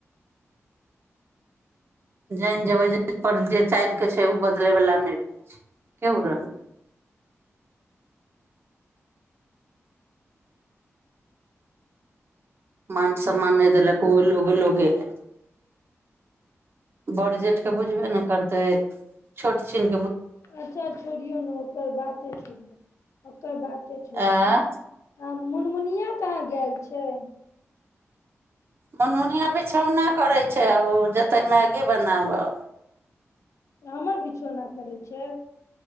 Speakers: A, on the right; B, on the left.
A: जानि जेबै जाहि पर जे चालि कऽ छै ओ बदलयवला नहि रहै छै केओ रहै मान सम्मान नहि देलक ओ लोग लोगे है बर जेठ के बुझबे ने करतै छोट चिन
B: अच्छा छोड़ियौ ने ओकर बाते छोड़ियौ ओकर बाते छोड़ियौ
A: आँ
B: आ मनमुनिया कहाँ गेल छै
A: मनमुनिया बिछौना करै छै आब ओ जेतै मैगी बनाबह
B: आ हमर बच छ नहि करै छै